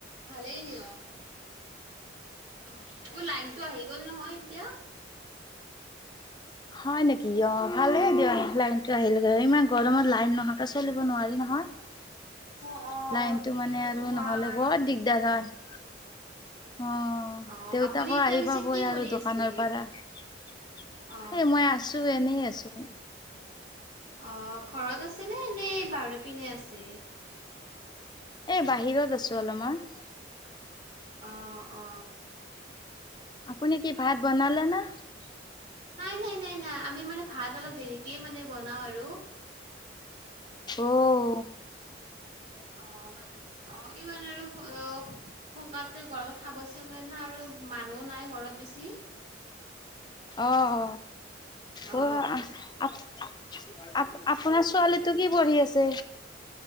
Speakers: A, on the right; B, on the left.
A: ভালেই দিয় অ। অ অ লাইনতটো আহি গ'ল নহয় এতিয়া।
B: হয় নেকি অ। ভালেই দিয় লাইনতটো আহিলে ইমান গৰমত লাইন নহাকে চলিব নোৱাৰি নহয়।
A: অ অ
B: লাইনতটো
A: কি
B: মানে
A: কব
B: আৰু নহ'লে
A: আৰ।
B: বহত দিগদাৰ হয়। অ
A: অ
B: দেউতাকো
A: আপুনি এতিয়া
B: আহি
A: পিছে
B: পাবই
A: কি কৰি
B: আৰু দোকানৰ
A: আছে?
B: পৰা। এ
A: অ
B: মই আছো এনেই আছো।
A: অ ঘৰত আছে নে নে বাৰদ পিনে আছে।
B: এ বাহিৰত আছো অলপমান।
A: অ অ।
B: আপুনি কি ভাত বনালে না।
A: <unintelligible> নাই নাই নাই নাই আমি মানে ভাত অলপ দেৰিকে মানে বনাওঁ আৰু।
B: অহ।
A: অ অ ইমান আৰু অহ। পকাতে গৰমত খাবছিল যে ন আৰু মানুহ নাই ঘৰত বেছি।
B: অহ
A: অ
B: অহ অহ। আ আপোনাৰ ছোৱালীটো কি পঢ়ি আছে।